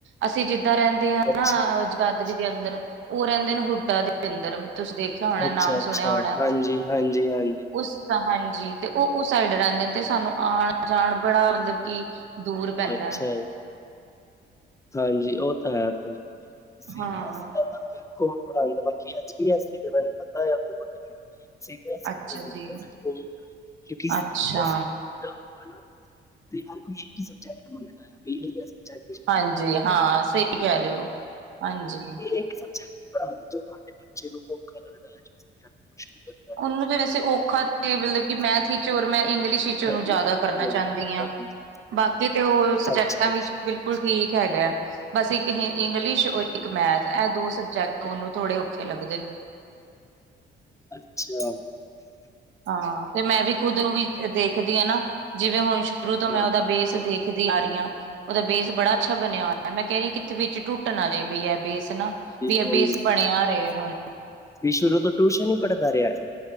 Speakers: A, on the right; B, on the left.
A: ਅਸੀਂ ਜਿੱਦਾਂ ਰੈਂਦੇ ਆਂ
B: ਅੱਛਾ,
A: ਨਾ ਜਗਾਦ ਰੀ ਦੇ ਅੰਦਰ ਓ ਰੈਂਦੇ ਨੇ ਹੁੱਡਾ ਦੇ ਅੰਦਰ ਤੁਸੀਂ ਦੇਖੇਆ ਹੋਨਾ
B: ਅੱਛਾ-ਅੱਛਾ,
A: ਨਾਮ ਸੁਨੇਆ ਹੋਨੈ।
B: ਹਾਂਜੀ-ਹਾਂਜੀ-ਹਾਂਜੀ।
A: ਉਸ ਹਾਂਜੀ ਤੇ ਓ ਉਸ ਸਾਈਡ ਰੈਂਦੇ ਤੇ ਸਾਨੂੰ ਆਨ-ਜਾਨ ਬੜਾ ਮਤਲਬ ਕਿ ਦੂਰ ਪੈਂਦੈ।
B: ਅੱਛਾ ਜੀ, ਹਾਂਜੀ ਓ ਤਾਂ ਹੈ ਫੇਰ, ਤੁਸੀ
A: ਹਾਂ
B: ਕਿਆ ਸੀ ਨਾ ਕੌਨ ਪੜ੍ਹਾਂਦਾ ਬਾਕੀ ਐਚ ਬੀ ਐਸ ਸੀ ਤੇ ਮੈਨੂੰ ਪਤਾ ਆ ਬਹੋਤ ਸੀ ਬੀ ਐੱਸ ਈ
A: ਅੱਛਾ
B: ਦੀ ਮੈਨੂੰ ਨੀ
A: ਜੀ
B: ਨੌਲੇਜ <unintelligible> ਕਿਓਂਕਿ ਸੀ
A: ਅੱਛਾ
B: ਬੀ ਐੱਸ ਈ ਦਾ ਹੈਨਾ ਤੇ ਹਰ ਕੋਈ ਇੱਕ ਈ ਸਬਜੈਕਟ ਮੰਗਦਾ ਆ ਪੀ ਡੀ ਯਾ ਸਬਜੈਕਟ ਵਿੱਚ ਪੜ੍ਹਾ
A: ਹਾਂਜੀ
B: ਪਾਵਾਂਗੇ
A: ਹਾਂ ਸਈ ਕੈ ਰਏ ਓ, ਹਾਂਜੀ।
B: ਏਕ ਈ ਸਬਜੈਕਟ ਈ ਪੜ੍ਹਾ ਦੋ ਜੋ ਤੁਆਡੇ ਬੱਚੇ ਨੂੰ ਔਖਾ ਲੱਗਦਾ ਐ ਜੋ ਸਬਜੈਕਟ ਮੁਸ਼ਕਿਲ ਲੱਗਦਾ ਹੈ
A: ਓਨੂੰ ਤੇ ਵੈਸੇ ਔਖਾ ਤੇ ਮਤਲਬ ਕੇ ਮੈਥ ਈ ਚੋਰ ਮੈਂ ਇੰਗਲਿਸ਼ ਵਿੱਚ ਓਨੂੰ
B: ਸਾਡੀ
A: ਜ਼ਾਦਾ
B: ਮੈਥ
A: ਕਰਨਾ
B: ਹੀ ਲੱਗਦਾ
A: ਚਾਂਦੀ
B: ਹੈ
A: ਆਂ।
B: ਸਾਰੀ ਜੀ
A: ਬਾਕੀ ਤੇ ਓ ਸਬਜੈਕਟਾਂ
B: ਅੱਛਾ ਅੱਛਾ
A: ਵਿੱਚ ਬਿਲਕੁਲ ਠੀਕ ਹੈਗੈ। ਬਸ ਇੱਕ ਹੀ ਇੰਗਲਿਸ਼ ਔਰ ਇੱਕ ਮੈਥ ਐ ਦੋ ਸਬਜੈਕਟ ਓਨੂੰ ਥੋੜੇ ਔਖੇ ਲੱਗਦੇ ਨੇ।
B: ਅੱਛੇਆ।
A: ਹਾਂ ਤੇ ਮੈਂ ਵੀ ਖੁਦ ਨੂੰ ਵੀ ਦੇਖਦੀ ਆਂ ਨਾ, ਜਿਵੇਂ ਹੁਨ ਸ਼ੁਰੂ ਤੋਂ
B: ਹਾਂਜੀ
A: ਮੈਂ ਓਦਾ ਬੇਸ ਦੇਖ ਦੇਖਦੀ ਆ ਰਈ ਆਂ ਓਦਾ ਬੇਸ ਬੜਾ ਅੱਛਾ ਬਨੇਆ ਹੋਏਆ ਮੈਂ ਕੈ ਰਈ ਆਂ ਕਿੱਥੇ ਵਿੱਚ ਟੁੱਟ ਨਾ ਜਏ ਬਈ ਐ ਬੇਸ। ਹੈਨਾ, ਵੀ ਐ
B: ਹਾਂਜੀ
A: ਬੇਸ ਬਨੇਆ ਰਏ ਹੁਨ।
B: ਵੀ ਸ਼ੁਰੂ ਤੋਂ ਟੂਸ਼ਨ ਈ ਪੜ੍ਹਦਾ ਰਿਐ।